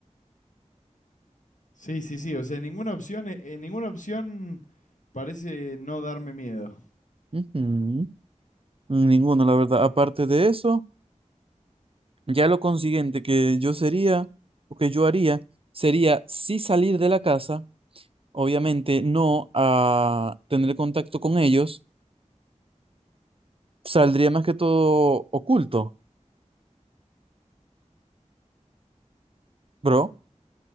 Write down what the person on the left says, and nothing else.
Sí, sí, sí. O sea, ninguna opción, eh, eh, ninguna opción parece no darme miedo.